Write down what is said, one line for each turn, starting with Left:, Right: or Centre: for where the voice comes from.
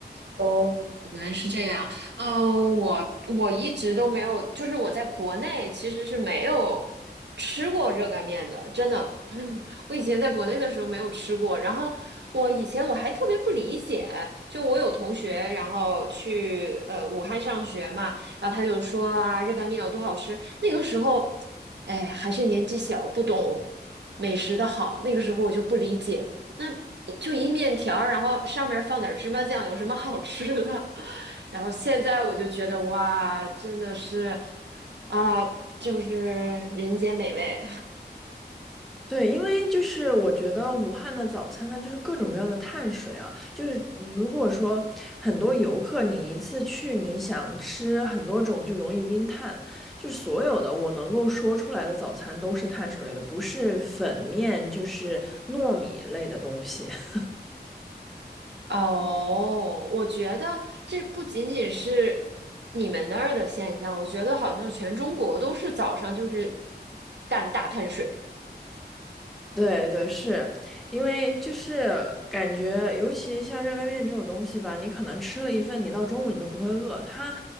Right: 哦，原来是这样。嗯、我我一直都没有，就是我在国内其实是没有吃过热干面的，真的。<laughs> 我以前在国内的时候没有吃过，然后我以前我还特别不理解，就我有同学，然后去呃武汉上学嘛，然后他就说啊，热干面有多好吃。那个时候，哎，还是年纪小，不懂美食的好，那个时候我就不理解。那就一面条儿然后上面放点芝麻酱，有什么好吃的？<laughs> 然后现在我就觉得哇，真的是啊，就是人间美味。
Centre: 对，因为就是我觉得武汉的早餐它就是各种各样的碳水啊，就是如果说很多游客你一次去你想吃很多种就容易晕碳，就是所有的我能够说出来的早餐都是碳水类的，不是粉面就是糯米类的东西。<laughs>
Right: <laughs> 哦，我觉得这不仅仅是你们那儿的现象，我觉得好像全中国都是早上就是干大碳水。
Centre: 对对，是因为就是感觉，尤其像热干面这种东西吧，你可能吃了一份，你到中午你都不会饿，它